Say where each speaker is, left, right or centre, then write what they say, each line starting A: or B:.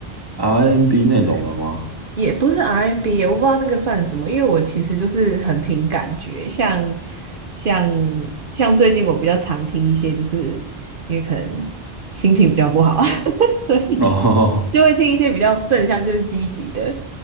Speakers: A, on the right; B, on the right.
A: ，R&B N 那种的吗？
B: 对。也不是 RMB，我不知道那个算什么，因为我其实就是很凭感觉，像像像最近我比较常听一些，就是因为可能心情比较不好，<laughs> 所以的
A: <laughs> 哦
B: 就会听一些比较正向，就是积极的，